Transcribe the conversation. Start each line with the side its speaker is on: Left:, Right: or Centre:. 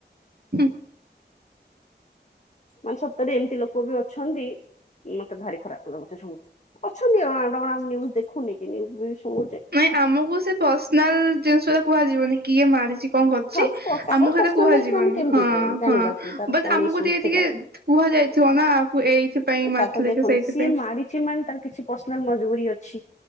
Right: ହୁଁ।
Left: ମାନେ ସତରେ ଏମତି ଲୋକ ଲୋକ ବି ଅଛନ୍ତି। ମତେ ଭାରି ଖରାପ ଲାଗୁଛେ ଶୁନିକି ଅଛନ୍ତି ଆମେ ନିୟୁଜ୍ ଦେଖୁନି କି। ନିୟୁଜ୍ ବି ଶୁଶୁଛେ।।
Right: ନାଇଁ ଆମକୁ ସେ ପର୍ସନାଲ ଜିନିଷ ଟା କୁହାଯିବନି କିଏ ମାରିଛି କଣ କରୁଛି
Left: ହଁ କାହାର
Right: ଆମକୁ
Left: ପର୍ସନାଲ
Right: କଥା କୁହାଯିବନି
Left: ଲାଇଫରେ ଆମେ କେମିତି
Right: ହଁ
Left: ଜାଣିବା
Right: ହଁ
Left: କି ତାର
Right: ବଟ
Left: କଣ
Right: ଆମକୁ
Left: ଇସୁଜ
Right: ଟିକେ
Left: ଥିଲା
Right: ଟିକେ କୁହାଯାଇଥିବ ନା ଆ ଏଇଥି ପାଇଁ
Left: ତାପରେ
Right: ମଥିଲେ
Left: ଦେଖନ୍ତୁ
Right: କି ସେଇଥିପାଇଁ।
Left: ସିଏ ମାରିଛି ମାନେ ତାର କିଛି ପର୍ସନାଲ ମଜବୁରି ଅଛି।